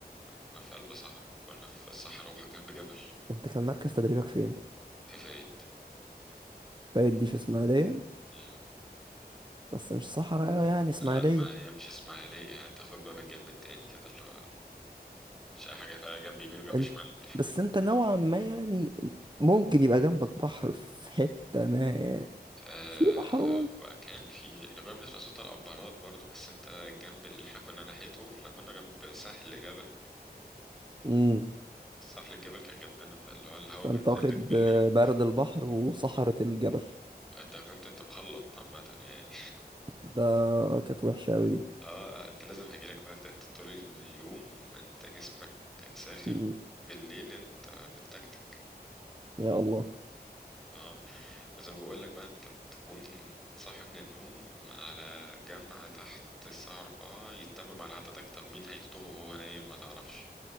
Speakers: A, in the centre; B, on the right (about 25°).
A: احنا في قلب صحراء كنا في الصحراء وجنب جبل
B: انت كان مركز تدريبك فين
A: في فايد
B: فايد دي في اسماعيلية
A: مم.
B: بس مش صحراء أوي يعني اسماعيلية
A: لا ما هي مش اسمها ليه يعني تاخد بقى من الجنب التاني كده اللي هو مش اي حاجه فيها جنب يمين وجنب
B: انت
A: شمال
B: بس انت نوعا ما يعني ممكن يبقى جنبك بحر في حتة ما يعني.
A: آه
B: في بحر قريب
A: وكان في احنا كنا بنسمع صوت العبارات برضو بس انت الجنب اللي احنا كنا ناحيته احنا كنا جنب ساحل جبل
B: امم
A: ساحل الجبل كان جنبنا فاللي هو الهوا
B: فانت
A: بينزل
B: واخد
A: لك بالليل
B: آه، برد البحر وصحراء الجبل
A: انت كنت انت مخلط عامه يعني
B: ده كانت وحشة أوي دي
A: اه آه، انت لازم هيجيلك برد انت طول اليوم انت جسمك ساخن
B: مم.
A: بالليل انت بتكتك
B: يا الله
A: اه وزي ما بقولك بقى انت بتكون صاحي من النوم على جامعة تحت الساعة أربعة يتمم على عددك طب مين هيفطوه وهو نايم ما تعرفش